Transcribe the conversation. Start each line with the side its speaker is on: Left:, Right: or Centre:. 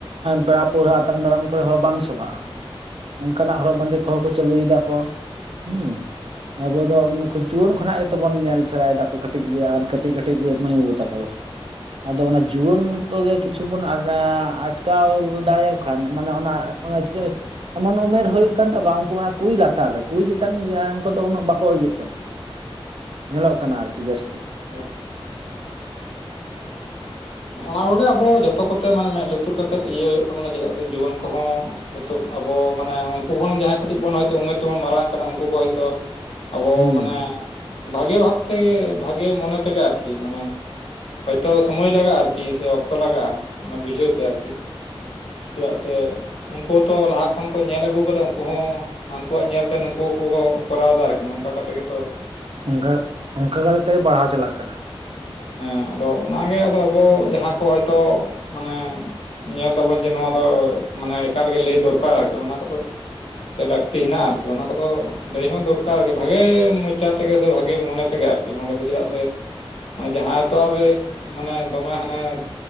Right: ᱯᱮᱲᱟ ᱯᱟᱹᱲᱦᱟᱹ ᱟᱛᱟᱝ ᱫᱟᱨᱟᱢ ᱠᱚᱨᱮ ᱦᱚᱸ ᱵᱟᱝ ᱥᱚᱵᱷᱟᱜᱼᱟ ᱾ ᱚᱱᱠᱟ ᱱᱟᱜ ᱦᱚᱨᱚᱜ ᱵᱟᱸᱫᱮ ᱠᱚᱦᱚᱸ ᱠᱚ ᱪᱟᱹᱞᱩᱭ ᱫᱟ ᱠᱚ ᱦᱮᱸ ᱾ ᱟᱵᱚ ᱫᱚ ᱩᱱᱠᱩ ᱡᱩᱣᱟᱹᱱ ᱠᱷᱚᱱᱟᱜ ᱜᱮᱛᱚ ᱵᱚᱱ ᱧᱮᱞ ᱥᱮᱲᱟᱭ ᱫᱟᱠᱚ, ᱠᱟᱹᱴᱤᱡ ᱜᱮ ᱟᱨ ᱠᱟᱹᱴᱤᱡ ᱠᱟᱹᱴᱤᱡ ᱜᱮ ᱢᱟᱹᱭ ᱵᱟᱹᱵᱩ ᱛᱟᱠᱚ ᱫᱚ ᱾ ᱟᱫᱚ ᱚᱱᱟ ᱡᱩᱣᱟᱹᱱ ᱚᱠᱛᱚ ᱜᱮᱼᱼ ᱠᱤᱪᱷᱩ ᱵᱚᱱ ᱟᱴᱠᱟᱣ ᱫᱟᱲᱮᱭᱟᱜ ᱠᱷᱟᱱ ᱢᱟᱱᱮ ᱚᱱᱮ ᱚᱱᱟ ᱪᱮᱫ? ᱮᱢᱚᱱ ᱩᱢᱮᱨ ᱦᱩᱭᱩᱜ ᱠᱟᱱ ᱛᱟᱠᱚᱣᱟ ᱩᱱᱠᱩ ᱚᱱᱟ ᱠᱩᱲᱤ ᱞᱟᱛᱟᱨ ᱨᱮ, ᱠᱩᱲᱤ ᱪᱮᱛᱟᱱ ᱠᱚᱫᱚ ᱩᱱᱟᱹᱜ ᱵᱟᱠᱚ ᱤᱭᱟᱹᱜ ᱠᱟᱱᱟ ᱾ ᱧᱮᱞᱚᱜ ᱠᱟᱱᱟ ᱟᱨᱠᱤ ᱡᱟᱹᱥᱛᱤ ᱾
Left: ᱦᱩᱸ ᱾ ᱚᱱᱟ ᱠᱚᱜᱮ ᱟᱵᱚ ᱡᱚᱛᱚ ᱠᱚᱛᱮ ᱢᱟᱱᱮ ᱢᱮᱸᱫ ᱞᱩᱛᱩᱨ ᱠᱟᱛᱮᱜ ᱤᱭᱟᱹ ᱦᱩᱭᱩᱜ ᱛᱟᱵᱚᱱᱟ, ᱪᱮᱫᱟᱜ ᱥᱮ ᱡᱩᱣᱟᱹᱱ ᱠᱚᱦᱚᱸᱼᱼ ᱱᱤᱛᱚᱜ ᱟᱵᱚ ᱢᱟᱱᱮ ᱩᱱᱠᱩ ᱠᱷᱚᱱ ᱡᱟᱦᱟᱸᱭ ᱠᱟᱹᱴᱤᱡ ᱵᱚᱱ ᱦᱚᱭᱛᱚ ᱩᱢᱮᱨ ᱛᱮᱵᱚᱱ ᱢᱟᱨᱟᱝ ᱠᱟᱱᱟ ᱩᱱᱠᱩ ᱠᱚ ᱦᱚᱭ ᱛᱚᱼᱼ ᱟᱵᱚ
Right: ᱦᱩᱸ
Left: ᱢᱟᱱᱮ ᱵᱷᱟᱜᱮ ᱵᱷᱟᱵ ᱛᱮᱜᱮ ᱵᱷᱟᱜᱮ ᱢᱚᱱᱮ ᱛᱮᱜᱮ ᱟᱨᱠᱤ ᱾ ᱢᱟᱱᱮᱼᱼ ᱛᱚ ᱥᱚᱢᱚᱭ ᱞᱟᱜᱟᱜᱼᱟ ᱟᱨᱠᱤ ᱥᱮ ᱚᱠᱛᱚ ᱞᱟᱜᱟᱜᱼᱟ ᱢᱟᱱᱮ ᱵᱩᱡᱷᱟᱹᱣ ᱛᱮ ᱟᱨᱠᱤ ᱪᱮᱫᱟᱜ ᱥᱮᱼᱼ ᱩᱱᱠᱩ ᱛᱚ ᱞᱟᱦᱟ ᱠᱷᱚᱱ ᱠᱚ ᱧᱮᱞ ᱟᱹᱜᱩ ᱠᱟᱫᱟ ᱩᱱᱠᱩ ᱦᱚᱸᱼᱼ ᱦᱟᱱᱠᱩᱣᱟᱜ ᱧᱮᱞᱛᱮ ᱱᱩᱠᱩ ᱠᱚ ᱠᱚᱨᱟᱣ ᱮᱫᱟ ᱟᱨᱠᱤ, ᱱᱚᱝᱠᱟ ᱠᱟᱛᱮᱜ ᱜᱮᱛᱚᱼᱼ
Right: ᱚᱱᱠᱟ ᱚᱱᱠᱟᱛᱮ ᱛᱮᱜᱮ ᱵᱟᱲᱦᱟᱣ ᱪᱟᱞᱟᱜ ᱠᱟᱱᱟ ᱾
Left: ᱦᱮᱸ ᱟᱫᱚ ᱚᱱᱟᱜᱮ ᱟᱫᱚ ᱟᱵᱚ ᱡᱟᱦᱟᱸ ᱠᱚ ᱦᱚᱭᱛᱚ ᱢᱟᱱᱮᱼᱼ ᱧᱮᱞ ᱫᱟᱵᱚᱱ ᱡᱮ ᱱᱚᱣᱟ ᱫᱚ ᱢᱟᱱᱮ ᱮᱠᱟᱞᱜᱮ ᱞᱟᱹᱭ ᱫᱚᱨᱠᱟᱨ ᱟᱨᱠᱤ, ᱚᱱᱟ ᱠᱚᱫᱚᱼᱼ ᱥᱮ ᱞᱟᱹᱠᱛᱤ ᱦᱮᱱᱟᱜᱼᱟ ᱟᱨᱠᱤ ᱚᱱᱟ ᱠᱚᱫᱚ ᱾ ᱞᱟᱹᱭ ᱦᱚᱸ ᱫᱚᱨᱠᱟᱨ ᱟᱨᱠᱤ ᱵᱷᱟᱜᱮ ᱢᱚᱪᱟ ᱛᱮᱜᱮ ᱥᱮ ᱵᱷᱟᱜᱮ ᱢᱚᱱᱮ ᱛᱮᱜᱮ ᱟᱨᱠᱤ ᱱᱚᱸᱰᱮ ᱫᱚ ᱪᱮᱫᱟᱜ ᱥᱮᱼᱼ ᱡᱟᱦᱟᱸᱭ ᱛᱚ ᱟᱨᱮᱼᱼ ᱢᱟᱱᱮ ᱫᱚᱢᱮ ᱦᱟᱱᱮ